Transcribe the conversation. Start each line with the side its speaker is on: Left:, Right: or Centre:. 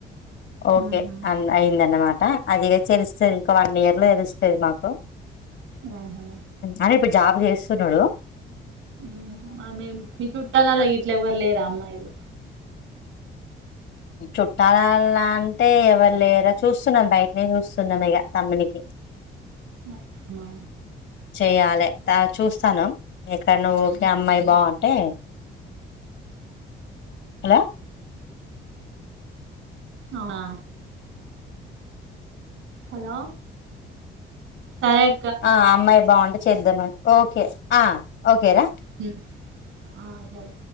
Left: ఓకే
Right: ఉహు
Left: అన్ అయిందన్నమాటా. అదిగ తెలుస్తది ఇంకో వన్ ఇయర్ లో తెలుస్తది మాకు
Right: ఊహు
Left: అని ఇప్పుడు జాబ్ చేస్సున్నాడు
Right: ఊహు మీ చుట్టాల ఇట్ల ఎవర్ లేరా అమ్మాయిలు
Left: చుట్టాల్లలా అంటే ఎవరు లేదా చూస్తున్నాం బయటనే చూస్తున్నాను ఇక తమ్మునికి
Right: అట్న
Left: చెయ్యాలె తా చూస్తానం ఎక్కడ్న ఒకే అమ్మాయి బాగుంటే హలో
Right: అవునా? హలో సరై
Left: ఆ అమ్మాయి బాగుంటే చేద్దామ ఓకే ఆ ఓకేరా
Right: హ్మ్ ఆ సరే